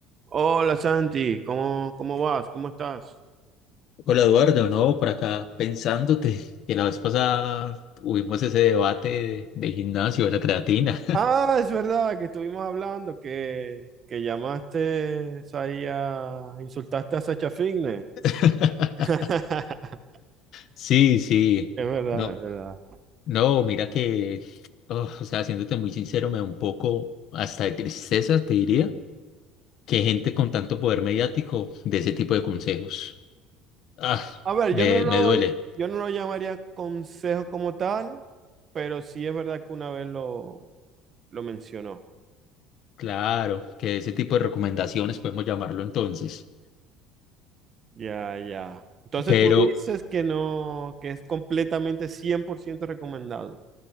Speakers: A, on the right; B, on the left.
A: Hola Santi, ¿cómo, cómo vas? ¿Cómo estás?
B: Hola Eduardo, no, por acá pensándote <laughs> que la vez pasada tuvimos ese debate de, de gimnasio, de la creatina.
A: Ah, es verdad que estuvimos hablando que, que llamaste ahí a insultaste a Sacha Fitness.
B: <laughs>
A: <laughs>
B: Sí, sí,
A: Es verdad,
B: no,
A: es verdad.
B: no, mira que, oh, o sea, siéndote muy sincero, me da un poco hasta de tristeza, te diría, que gente con tanto poder mediático de ese tipo de consejos. Ah,
A: A ver,
B: me,
A: yo no lo,
B: me duele.
A: yo no lo llamaría consejo como tal, pero sí es verdad que una vez lo, lo mencionó.
B: Claro, que ese tipo de recomendaciones podemos llamarlo entonces.
A: Ya, ya. Entonces
B: Pero
A: tú dices que no, que es completamente 100% recomendado.